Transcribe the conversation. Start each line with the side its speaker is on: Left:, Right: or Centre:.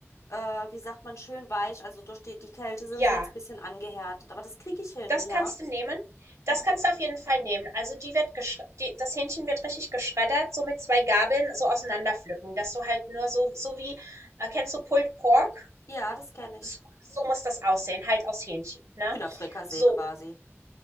Left: äh, wie sagt man, schön weich. Also durch die, die Kälte sind
Right: Ja,
Left: sie jetzt ein bisschen angehärtet, aber das kriege ich hin,
Right: das
Left: ja.
Right: kannst du nehmen. Das
Left: Mhm.
Right: kannst du auf jeden Fall nehmen. Also, die wird geschre die das Hähnchen wird richtig geschreddert, so mit 2 Gabeln so auseinanderpflücken, dass du halt nur so so wie äh, kennst du Pulled Pork?
Left: Ja, das kenne ich.
Right: So so muss das aussehen, halt aus Hähnchen, ne?
Left: Hühnerfrikassee
Right: So
Left: quasi.